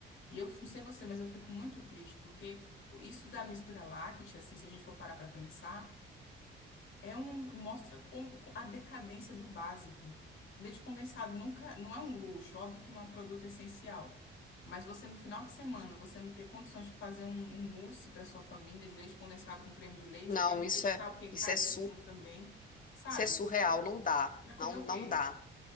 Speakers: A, on the left; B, on the left.
A: E eu não sei você, mas eu fico muito triste, porque isso da mistura láctea, assim, se a gente for parar para pensar. É um, mostra com, com a decadência do básico. Leite condensado nunca, não é um luxo, óbvio que não é um produto essencial. Mas você no final de semana, você não ter condições de fazer um, um mousse para sua família de leite condensado com creme de leite.
B: Não,
A: Creme de
B: isso
A: leite
B: é,
A: tá o quê? Caríssimo
B: isso é sur,
A: também, sabe?
B: isso é surreal, não dá,
A: Vai comer
B: não,
A: o
B: não
A: quê?
B: dá,